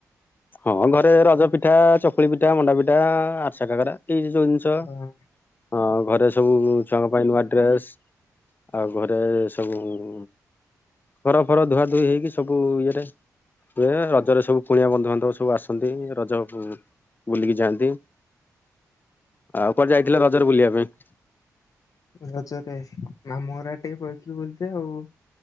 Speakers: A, on the left; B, on the left.
A: ହଁ ଘରେ ରଜ ପିଠା, ଚକୁଳି ପିଠା, ମଣ୍ଡା ପିଠା, ଆରିସା, କାକରା ଏଇ <unintelligible> ଚ
B: ହଁ
A: ହଁ ଘରେ ସବୁ ଛୁଆଙ୍କ ପାଇଁ ନୂଆ ଡ୍ରେସ୍। ଆଉ ଘରେ ସବୁ ଉଁ ଘର ଫର ଧୁଆ ଧୁଇ ହେଇକି ସବୁ ବୁ ଇଏରେ ହୁଏ। ରଜରେ ସବୁ କୁଣିଆ ବନ୍ଧୁବାନ୍ଧବ ସବୁ ଆସନ୍ତି ରଜ ବୁଲିକି ଯାଆନ୍ତି। ଆଉ କୁଆଡ଼େ ଯାଇଥିଲେ ରଜରେ ବୁଲିବା ପାଇଁ?
B: ରଜରେ ମାମୁଁଘର ଆଡ଼େ ଟିକେ ପଲେଇଥିଲି ବୁଲିତେ ଆଉ।